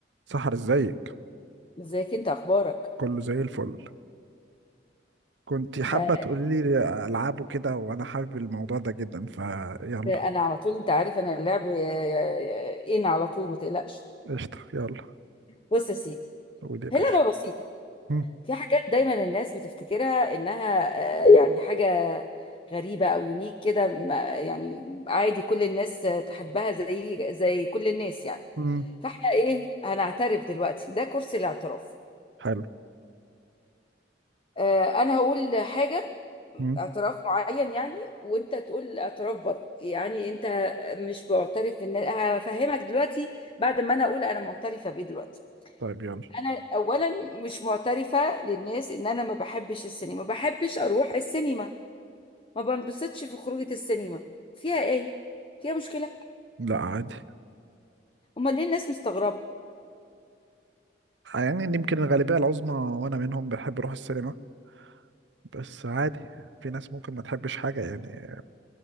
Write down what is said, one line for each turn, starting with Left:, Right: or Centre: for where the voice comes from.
Right: سحر ازيك
Left: ازيك انت اخبارك
Right: كله زي الفل كنت حابة
Left: آه،
Right: تقولي لي ألعابه كده وأنا حابب الموضوع ده جدا فيلا
Left: انا على طول انت عارف انا اللعب آه، آه، ان على طول ما تقلقش
Right: قشطة يلا
Left: بص يا سيدي
Right: قول يا باشا
Left: هي لعبه بسيطه
Right: مم.
Left: في حاجات دايما الناس بتفتكرها انها آه، يعني حاجه غريبه او يونيك كده ما- يعني عادي كل الناس آه، تحبها زي زي كل الناس يعني
Right: مم.
Left: فاحنا ايه هنعترف دلوقتي ده كرسي الاعتراف
Right: حلو
Left: آه، انا هقول حاجه
Right: مم.
Left: اعتراف معين يعني وانت تقول اعتراف برضه يعني انت مش معترف ان هفهمك دلوقتي بعد ما انا اقول انا معترفه بايه دلوقتي
Right: طيب يلا
Left: انا اولا مش معترفه للناس ان انا ما بحبش السينما ما بحبش اروح السينما ما بنبسطش في خروجه السينما فيها ايه فيها مشكله
Right: لا عادي
Left: امال ليه الناس مستغربه
Right: يعني يمكن الغالبية العظمى وأنا منهم بحب أروح السينما بس عادي في ناس ممكن ما تحبش حاجة يعني